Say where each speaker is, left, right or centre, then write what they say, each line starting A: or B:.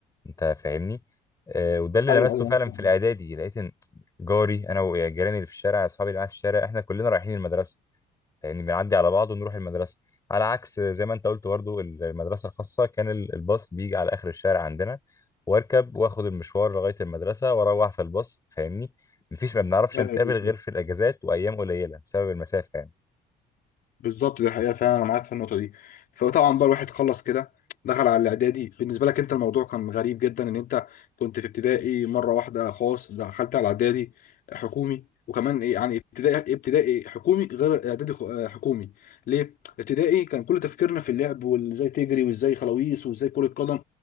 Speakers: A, on the left; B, on the left.
A: انت فاهمني آه، وده اللي
B: أيوه
A: لمسته
B: أيوه أيوه
A: فعلا
B: أنا فاهم.
A: في الاعدادي لقيت ان جاري انا وجيراني اللي في الشارع اصحابي اللي معايا في الشارع احنا كلنا رايحين المدرسه فاهمني بنعدي على بعض ونروح المدرسه على عكس زي ما انت قلت برضو المدرسه الخاصه كان ال- الباص بيجي على اخر الشارع عندنا واركب واخد المشوار لغايه المدرسه واروح في الباص فاهمني مفيش ما بنعرفش
B: أيوه
A: نتقابل غير في الاجازات وايام قليله بسبب المسافه يعني
B: بالظبط دي حقيقة فعلا أنا معاك في النقطة دي فطبعا بقى الواحد خلص كده دخل على الإعدادي بالنسبة لك أنت الموضوع كان غريب جدا إن أنت كنت في ابتدائي مرة واحدة خاص دخلت على إعدادي حكومي وكمان إيه يعني ابتدائي ابتدائي حكومي غير إعدادي خ- آه، حكومي ليه؟ ابتدائي كان كل تفكيرنا في اللعب وإزاي تجري وإزاي خلاويص وإزاي كرة قدم